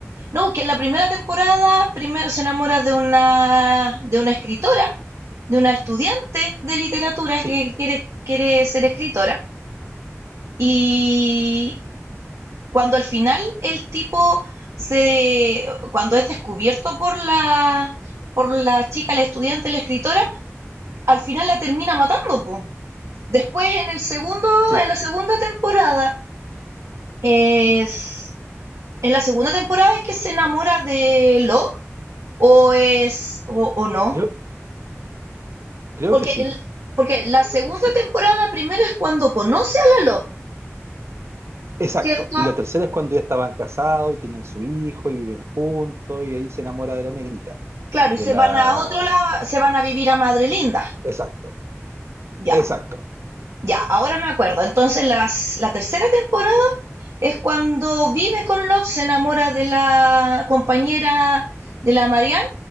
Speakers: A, on the right; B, on the right.
A: No, porque en la primera temporada primero se enamora de una, de una escritora, de una estudiante de literatura
B: sí,
A: que quiere, quiere ser escritora. Y cuando al final el tipo se cuando es descubierto por la por la chica, la estudiante, la escritora, al final la termina matando, po. Después en el segundo,
B: sí,
A: en la segunda temporada, es en la segunda temporada es que se enamora de Love, o es o, o no,
B: creo, creo
A: porque
B: que sí,
A: el, porque la
B: creo
A: segunda
B: que sí.
A: temporada primero es cuando conoce a la Love,
B: Exacto,
A: ¿cierto?
B: y la tercera es cuando ya estaban casados y tienen su hijo y viven juntos y ahí se enamora de la negrita,
A: Claro,
B: de
A: y se
B: la...
A: van a otro lado, se van a vivir a Madre Linda.
B: Exacto,
A: Ya,
B: exacto,
A: ya, ahora me acuerdo. Entonces las, la tercera temporada es cuando vive con Love, se enamora de la compañera de la Marianne,